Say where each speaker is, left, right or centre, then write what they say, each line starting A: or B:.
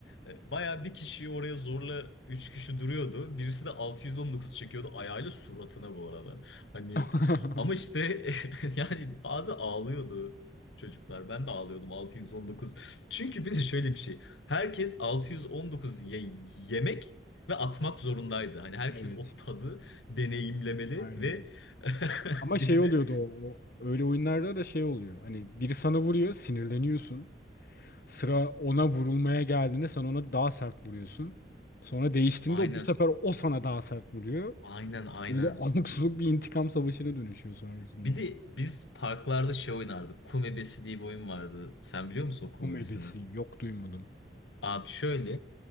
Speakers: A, on the left; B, on the left.
A: E, bayağı bir kişiyi oraya zorla 3 kişi duruyordu. Birisi de 619 çekiyordu ayağıyla suratına bu arada. Hani
B: <laughs>
A: ama işte <laughs> yani bazı ağlıyordu çocuklar. Ben de ağlıyordum 619. Çünkü bir de şöyle bir şey. Herkes 619 ye- yemek ve atmak zorundaydı. Hani herkes
B: Evet.
A: o tadı deneyimlemeli
B: Aynen.
A: ve <laughs>
B: Ama
A: Birine
B: şey oluyordu o, o. Öyle oyunlarda da şey oluyor. Hani biri sana vuruyor, sinirleniyorsun. Sıra ona vurulmaya geldiğinde sen ona daha sert vuruyorsun. Sonra değiştiğinde
A: aynen
B: o bu sefer o sana daha sert vuruyor.
A: aynen aynen.
B: Böyle abuk subuk bir intikam savaşına dönüşüyor sonrasında.
A: Bir de biz parklarda şey oynardık. Kum ebesi diye bir oyun vardı. Sen biliyor musun o kum
B: Kum
A: ebesini?
B: ebesi yok duymadım.
A: Abi şöyle